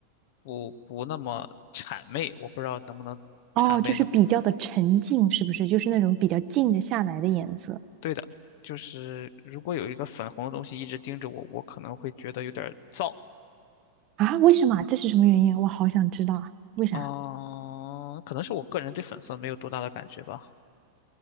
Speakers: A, on the left; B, on the right.
A: 不不那么谄媚，我不知道能不能谄媚那边。
B: 哦，就是比较的沉静，是不是？就是那种比较静得下来的颜色
A: 对的，就是如果有一个粉红的东西一直盯着我，我可能会觉得有点儿燥
B: 啊？为什么啊这是什么原因啊我好想知道啊，为啥？
A: 啊，可能是我个人对粉色没有多大的感觉吧。